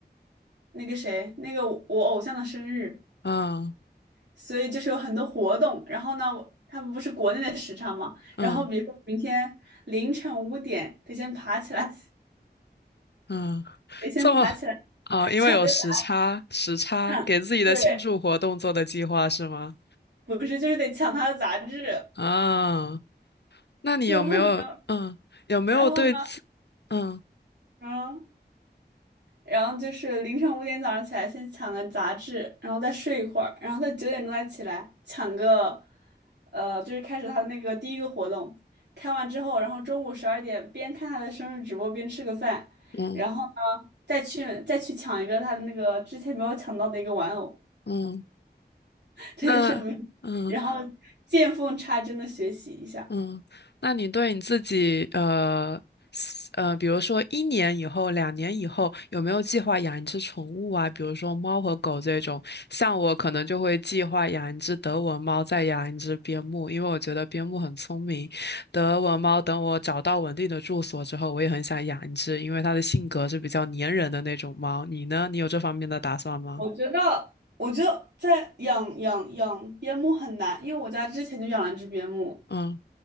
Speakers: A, on the right; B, on the left.
A: 那个谁，那个我偶像的生日，
B: 嗯
A: 所以就是有很多活动。然后呢，我他们不是国内的时差嘛，
B: 嗯。
A: 然后比如说明天凌晨五点得先爬起来，
B: 嗯，
A: 得先爬起来
B: 这么啊，因为有时差，
A: 抢着打
B: 时差给自己的庆祝活动做的计划是吗？
A: 卡。对，不是，就是得抢他的杂志。
B: 啊，那你有没有嗯有没有对自嗯
A: 一晚上就没有。然后呢？嗯，然后就是凌晨五点早上起来，先抢个杂志，然后再睡一会儿，然后再九点钟再起来抢个，呃，就是开始他的那个第一个活动。开完之后，然后中午十二点边看他的生日直播边吃个饭，
B: 嗯
A: 然后呢，再去再去抢一个他的那个之前没有抢到的一个玩偶，
B: 嗯
A: <laughs> 这就是我们
B: 那嗯
A: 然后见缝插针的学习一下。
B: 嗯，那你对你自己，呃，s- 呃，比如说一年以后、两年以后，有没有计划养一只宠物啊？比如说猫和狗这种，像我可能就会计划养一只德文猫，再养一只边牧，因为我觉得边牧很聪明。德文猫等我找到稳定的住所之后，我也很想养一只，因为它的性格是比较粘人的那种猫。你呢？你有这方面的打算吗？
A: 我觉得，我觉得在养养养边牧很难，因为我家之前就养了一只边牧，
B: 嗯，